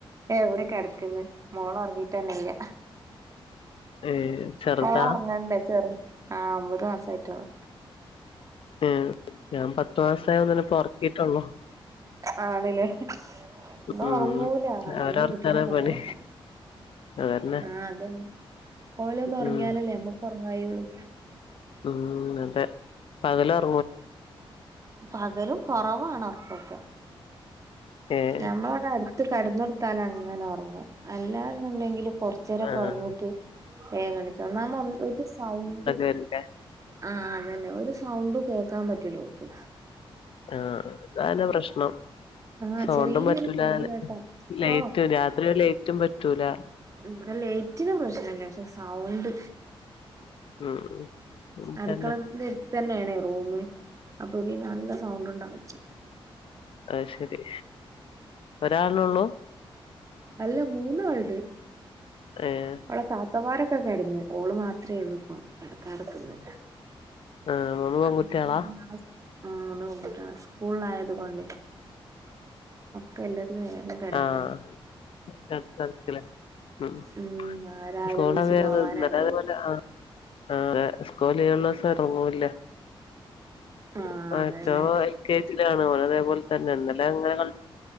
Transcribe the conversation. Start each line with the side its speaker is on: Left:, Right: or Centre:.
Right: ഏഹ് വിടെ കെടക്കന്ന്. മോള് ഒറങ്ങീട്ടന്നെ ഇല്ല
Left: ഏഹ് ചെറുതാ
Right: ഓളൊറങ്ങണ്ടേ ചെർ ആഹ് ഒമ്പത് മാസായിട്ടൊള്ളു
Left: ഉം ഞാൻ പത്തു മാസായൊന്നിനെ ഇപ്പൊ ഒറക്കിട്ടൊള്ളൂ.
Right: ആണ് ല്ലേ. ഇത്
Left: ഉം
Right: ഒറങ്ങൂല്ല
Left: അവരെ
Right: ഒറങ്ങി
Left: ഉറക്കാനാ
Right: കിട്ടണേ കൊറേ
Left: പണി
Right: പ
Left: അതന്നെ
Right: ആഹ് അതന്നെ ഓലൊന്ന് ഒറങ്ങിയാലല്ലേ
Left: ഉം
Right: നമ്മക്കൊറങ്ങായുള്ളു.
Left: ഉം അതെ പകലൊറ
Right: പകലും കൊറവാണ് ഒർകൊക്കെ.
Left: ഏഹ്
Right: ഞമ്മളട അട്ത്ത് കട്ന്നൊട്ത്താലങ്ങനൊറങ്ങും. അല്ലാന്നുണ്ടെങ്കില് കൊർച് ച്ചേരൊക്കെ
Left: ആഹ്
Right: ഒറങ്ങീട്ട് ഏഗണിച്ചു ഒന്നാമ ഒ ഒരു സൗണ്ട്
Left: ഇല്ലെ
Right: ആഹ് അതന്നെ ഒരു സൗണ്ടും കേക്കാൻ പറ്റൂലോക്ക്
Left: ആഹ് ഇത് ആനെ പ്രശ്നം
Right: ആഹ്
Left: സൗണ്ടും
Right: ചെറിയൊരു
Left: പറ്റൂല
Right: സൗണ്ട് കേട്ടാ അപ്പ
Left: ലൈറ്റും രാത്രി ലൈറ്റും പറ്റൂല
Right: ഇബടെ ലേറ്റിന് പ്രശ്നല്ല പക്ഷെ സൗണ്ട്
Left: ഉം ഉം
Right: അട്ക്കളന്റെ
Left: തന്നെ
Right: എട്ത്തന്നെയാണേ റൂമ്. അപ്പൊ പിന്നെ നല്ല സൗണ്ട് ഇണ്ടാവും.
Left: അഹ് ശരി. ഒരാള് ഉള്ളൂ
Right: അല്ല മൂന്നാളുണ്ട്.
Left: ഏഹ്
Right: അവളളെ പ്പമാരൊക്കെ കെട്ന്ന് ഓള് മാത്രേ ഉള്ളൂ ഇപ്പൊ കെടക്കാതെക്കന്ന്
Left: ആഹ് മൂന്ന്
Right: <unintelligible>
Left: പെൺകുട്ടികളാ
Right: സ്‌കൂൾ ആയതുകൊണ്ടെയ് പ്പ എല്ലതും വേഗം കെടന്ന്ണ്
Left: ആഹ് <unintelligible>
Right: ഉം ആ രാവിലെ എണീച്ച് പോവാനായില്ലേ
Left: ആഹ് സ്കൂൾ ലീവ്ള്ളോസം ഉറങ്ങുല്ല
Right: ആഹ്
Left: <unintelligible>
Right: അതന്നെ
Left: കെ ജി ലാണ് ഓന് അതേപോൽ തന്നെ ഇന്നലങ്ങനെ കൾ